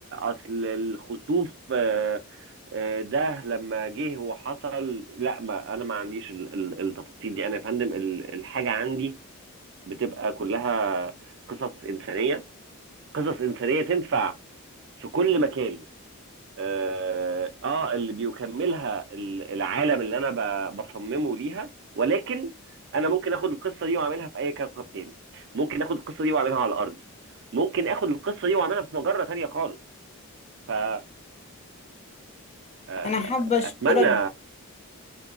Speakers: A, on the right (about 50°); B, on the left (about 30°).
A: أصل الخسوف آه، آه، ده لما جه وحصل لا ما أنا ما عنديش ال- ال- التفاصيل دي أنا يا فندم ال- الحاجة عندي بتبقى كلها قصص إنسانية قصص إنسانية تنفع في كل مكان اه آه، اللي بيكملها ال- العالم اللي انا ب- بصممه ليها ولكن انا ممكن اخد القصه دي واعملها في اي كوكب تاني ممكن اخد القصه دي واعملها على الارض ممكن اخد القصه دي واعملها في مجره تانيه خالص ف آه، آه،
B: أنا حابة أشكرك
A: اتمنى